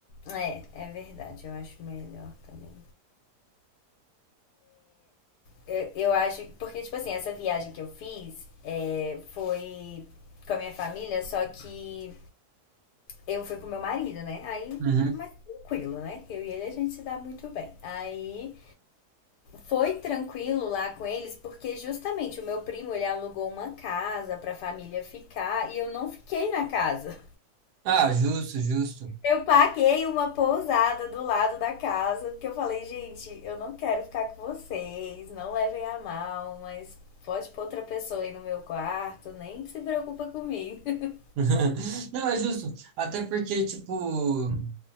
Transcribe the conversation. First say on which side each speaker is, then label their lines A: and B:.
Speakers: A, on the left (about 85°); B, on the right (about 80°).
A: É, é verdade, eu acho melhor também. Eu, eu acho, porque, tipo assim, essa viagem que eu fiz é, foi com a minha família, só que eu fui com meu marido, né? Aí,
B: Uhum.
A: mais tranquilo, né? Eu e ele a gente se dá muito bem. Aí, foi tranquilo lá com eles, porque justamente o meu primo ele alugou uma casa pra família ficar e eu não fiquei na casa.
B: Ah, justo, justo.
A: Eu paguei uma pousada do lado da casa, porque eu falei, gente, eu não quero ficar com vocês, não levem a mal, mas pode pôr outra pessoa aí no meu quarto, nem se preocupa comigo. <laughs>
B: <laughs> Não, é justo. Até porque, tipo,